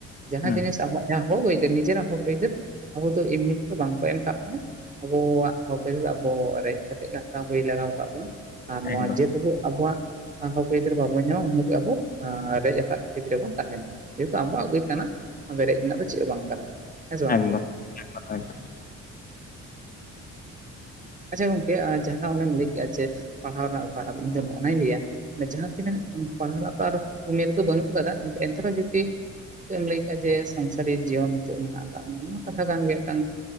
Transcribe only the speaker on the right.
ᱡᱟᱦᱟᱸ
ᱡᱤᱱᱤᱥ ᱟᱵᱚᱣᱟᱜ ᱡᱟᱦᱟᱸ <unintelligible> ᱱᱤᱡᱮᱨᱟᱜ ᱦᱚᱠ ᱟᱹᱤᱫᱟᱹᱨ ᱟᱵᱚ ᱫᱚ ᱮᱢᱱᱤ ᱫᱚ ᱵᱟᱝ ᱠᱚ ᱮᱢ ᱠᱟᱜ ᱵᱚᱱᱟ ᱟᱵᱚᱣᱟᱜ ᱦᱚᱯᱤᱫᱟᱹᱨ ᱟᱵᱚ ᱨᱮᱡᱽ ᱠᱟᱛᱮ ᱜᱮ ᱦᱟᱛᱟᱣ ᱦᱩᱭ ᱞᱮᱟᱜᱟᱣ ᱟᱠᱟᱫ ᱵᱚᱱᱟ ᱟᱨ ᱱᱚᱣᱟ
<unintelligible> ᱟᱵᱚᱣᱟᱜ ᱦᱚᱠ ᱟᱹᱭᱫᱟᱨ ᱵᱟᱵᱚᱱ ᱧᱟᱢᱟ ᱩᱱᱠᱩ ᱜᱮ ᱟᱵᱚ ᱨᱮᱡ ᱟᱠᱟᱫ ᱜᱤᱫᱽᱨᱟᱹ ᱵᱚᱱ ᱛᱟᱦᱮᱱᱟ ᱡᱮᱦᱮᱛᱩ ᱟᱵᱚᱣᱟᱜ ᱜᱮ ᱠᱟᱱᱟ ᱠᱟᱱᱟ ᱨᱮᱡ ᱨᱮᱱᱟᱜ ᱫᱚ ᱪᱮᱫ ᱦᱚᱸ ᱵᱟᱝ ᱠᱟᱱᱟ᱾ ᱦᱮᱸ ᱥᱮ ᱵᱟᱝ
ᱜᱚᱝᱠᱮ
ᱟᱪᱪᱷᱟ ᱜᱚᱝᱠᱮ ᱟᱨ ᱡᱟᱦᱟᱸ ᱚᱱᱮᱢ ᱞᱟᱹᱭ ᱠᱮᱫᱮᱜᱼᱟ ᱡᱮ ᱯᱟᱲᱦᱟᱣ ᱨᱮᱱᱟᱜ ᱵᱮᱯᱟᱨ ᱟᱧ ᱫᱚ ᱱᱚᱜᱱᱟᱭ ᱞᱟᱹᱭᱟᱟᱱᱮ ᱡᱟᱦᱟᱸ ᱛᱤᱱᱟᱹᱜ ᱯᱟᱲᱦᱟᱜ ᱨᱮᱱᱟᱜ ᱛᱚ ᱟᱨ ᱩᱢᱮᱨ ᱫᱚ ᱵᱟᱹᱱᱩᱜ ᱠᱟᱫᱟ ᱮᱱᱛᱮᱦᱚᱸ ᱡᱩᱚᱫᱤ ᱮᱢ ᱞᱟᱹᱭ ᱠᱟ ᱡᱮ ᱥᱚᱝᱥᱟᱨᱤ ᱡᱤᱭᱚᱱ ᱱᱤᱛᱚᱜ ᱢᱮᱱᱟᱜ ᱟᱠᱟᱫ ᱱᱚᱣᱟ ᱠᱟᱛᱷᱟ ᱠᱟᱱ ᱜᱮᱭᱟ ᱢᱤᱫᱴᱟᱝ